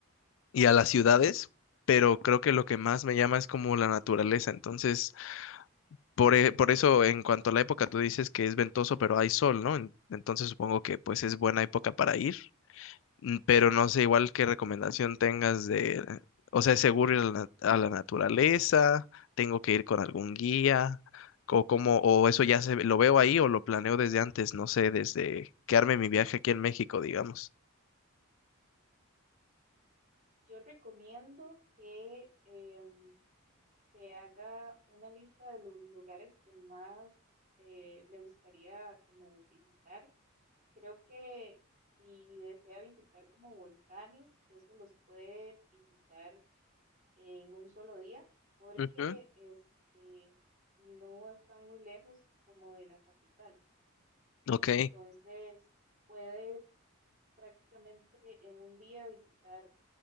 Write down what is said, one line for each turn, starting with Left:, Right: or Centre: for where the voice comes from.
Left: y a las ciudades, pero creo que lo que más me llama es como la naturaleza. Entonces, por, e- por eso, en cuanto a la época, tú dices que es ventoso, pero hay sol, ¿no? En- Entonces supongo que pues es buena época para ir, Mm, pero no sé igual qué recomendación tengas de, o sea, ¿es seguro ir a la, a la naturaleza? ¿Tengo que ir con algún guía? O cómo, o eso ya se, lo veo ahí o lo planeo desde antes, no sé, desde que arme mi viaje aquí en México, digamos.
Right: Yo recomiendo que em, se haga una lista de los lugares que más eh, le gustaría como visitar Creo que si desea visitar como volcanes, eso los puede visitar en un solo día, porque
Left: Ujú.
Right: este no están muy lejos como de la capital.
Left: Ok.
Right: Entonces, puede prácticamente en un día visitar